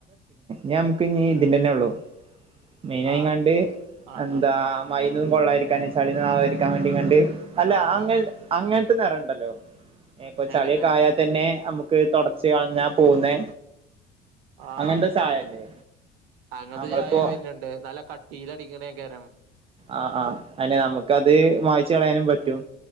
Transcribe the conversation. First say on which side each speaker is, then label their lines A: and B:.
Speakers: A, on the right; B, on the right.
A: ഞാ നമ്ക്ക് ഞ്ഞ് ഇതിന്റെന്നെ ള്ളു
B: <inaudible>
A: മെയിൻ നായിങ്ങാണ്ട്
B: ആഹ് ആഹ്
A: എന്താ
B: ആഹ്
A: മഴയൊന്നും കൊള്ളായിരിക്കാന് ചളി ഒന്നും ആവാതിരിക്കാണ്ട് അല്ല
B: ആഹ്
A: അങ്ങൻ
B: ആഹ്
A: അങ്ങനത്തെ നെറൊ ണ്ടല്ലോ ഇപ്പൊ
B: എങ്ങത്തെ
A: ചളിയൊക്കെ ആയാ തന്നെ നമുക്ക് തുടച്ച് കളഞ്ഞാ പോകുന്നേ
B: ആഹ്
A: അങ്ങനത്തെ ചായല്ലേ
B: ആണ് അങ്ങനത്തെ
A: നമ്മളിപ്പോ
B: ചായം വര്ന്നുണ്ട് നല്ല കട്ടില് അടിക്കണകരം
A: ആഹ് ആഹ് അതന്നെ നമുക്കത് മായിച്ചു കളയാനും പറ്റും